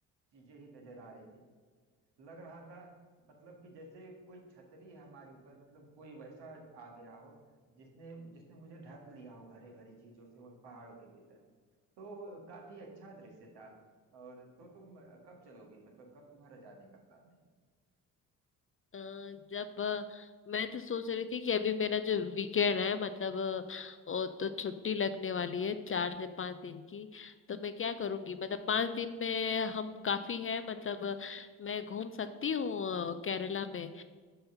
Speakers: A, on the right; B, on the left.
A: चीजें ही नजर आ रही थी लग रहा था मतलब कि जैसे कोई छतरी हमारे ऊपर मतलब कोई वैसा आ गया हो जिसने जिसने मुझे ढक लिया हो हरे भरे चीजों से उन पहाड़ों के भीतर तो काफी अच्छा दृश्य था और तो तुम कब चलोगी मतलब कब तुम्हारा जाने का प्लान है
B: अ, जब अ, मैं तो सोच रही थी कि अभी मेरा जो वीकेंड है मतलब अ, वो तो छुट्टी लगने वाली है चार से पांच दिन की तो मैं क्या करूंगी मतलब पांच दिन में हम काफी है मतलब अ, मैं घूम सकती हूँ अ, केरला में